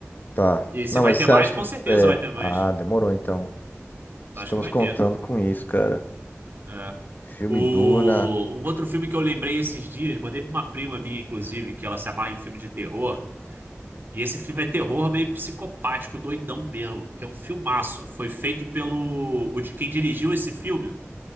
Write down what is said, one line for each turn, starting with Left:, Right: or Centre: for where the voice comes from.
Left: Tá.
Right: E
Left: Não,
Right: se
Left: mas
Right: vai ter
Left: você
Right: mais,
Left: acha que.
Right: com certeza
Left: É.
Right: vai ter mais.
Left: Ah, demorou então. Estamos
Right: Acho que vai
Left: contando
Right: ter.
Left: com isso, cara.
Right: É.
Left: Filme
Right: O...
Left: Duna.
Right: Um outro filme que eu lembrei esses dias, mandei pra uma prima minha, inclusive, que ela se amarra em filme de terror. E esse filme é terror meio psicopático, doidão mesmo, que é um filmaço. Foi feito pelo. O de quem dirigiu esse filme